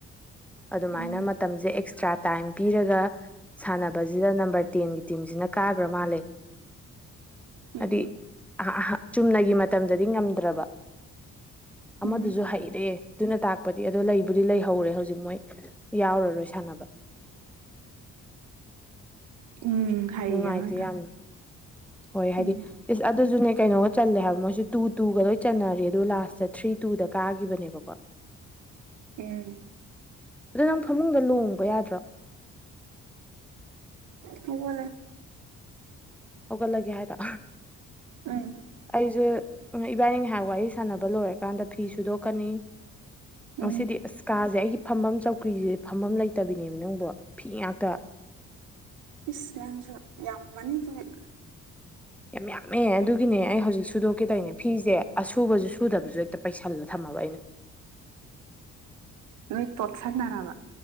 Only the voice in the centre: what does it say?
ꯑꯗꯨꯃꯥꯏꯅ
ꯃꯠ ꯇꯝꯁꯦ ꯑꯦꯛꯁꯇ꯭ꯔꯥ ꯇꯥꯏꯝ ꯄꯤꯔꯒ ꯁꯥꯟꯅꯕꯖꯤꯗ ꯅꯝꯕꯔ ꯇꯦꯟꯒꯤ ꯇꯤꯝꯖꯤꯅ ꯀꯥꯒ꯭ꯔ ꯃꯥꯜꯂꯦ
ꯑꯗꯨꯏ ꯑꯍꯥ ꯍꯥ ꯆꯨꯝꯅꯒꯤ ꯃꯇꯝꯗꯗꯤ ꯉꯝꯗ꯭ꯔꯕ ꯑꯃꯗꯨꯖꯨ
ꯍꯩꯔꯦ ꯗꯨꯅ ꯇꯥꯛꯄꯗꯤ ꯑꯗꯣ ꯂꯩꯕꯨꯗꯤ ꯂꯩꯍꯧꯔꯦ ꯍꯧꯖꯤꯛ ꯃꯣꯏ ꯌꯥꯎꯔꯔꯣꯏ ꯁꯥꯟꯅꯕ
ꯅꯨꯡꯉꯥꯏꯇꯦ
ꯌꯥꯝꯅ ꯍꯣꯏ ꯍꯥꯏꯗꯤ
ꯏꯁ ꯑꯗꯨꯖꯅꯦ ꯀꯩꯅꯣ ꯆꯜꯂꯦ ꯍꯥꯏꯕ ꯃꯣꯏꯖꯨ ꯇꯨ ꯇꯨꯒ ꯂꯣꯏ ꯆꯟꯅꯔꯦ ꯑꯗꯨ ꯂꯥꯁꯇ ꯊ꯭ꯔꯤ ꯇꯨꯗ ꯀꯥꯈꯤꯕꯅꯦꯕꯀꯣ INAUDIBLE
ꯑꯗꯣ ꯅꯪ ꯐꯃꯨꯡꯗ ꯂꯣꯡꯕ ꯌꯥꯗ꯭ꯔꯣ
ꯍꯧꯒꯠꯂꯒꯦ ꯍꯥꯏꯕ
ꯑꯩꯖꯦ ꯏꯕꯥꯏꯅꯤ ꯉꯥꯏꯍꯥꯛ ꯋꯥꯔꯤ ꯁꯥꯟꯅꯕ ꯂꯣꯏꯔꯀꯥꯟꯗ ꯐꯤ ꯁꯨꯗꯣꯛꯀꯅꯤ ꯉꯁꯤꯗꯤ
ꯑꯥꯁ ꯀꯥꯖꯦ ꯑꯩꯒꯤ ꯐꯝꯕꯝ ꯆꯧꯀ꯭ꯔꯤꯖꯦ ꯐꯝꯕꯝ ꯂꯩꯇꯕꯤꯅꯦꯕ ꯅꯪꯕꯣ ꯐꯤ ꯉꯥꯛꯇ
ꯌꯥꯝ ꯌꯥꯝꯃꯦ ꯑꯗꯨꯒꯤꯅꯦ ꯑꯩ ꯍꯧꯖꯤꯛ ꯁꯨꯗꯣꯛꯀꯦ ꯇꯧꯏꯅꯦ ꯐꯤꯖꯦ ꯑꯁꯨꯨꯕꯖꯨ- ꯁꯨꯗꯕꯖꯨ ꯍꯦꯛꯇ ꯄꯩꯁꯜꯂꯦ ꯊꯝꯃꯕ ꯑꯩꯅ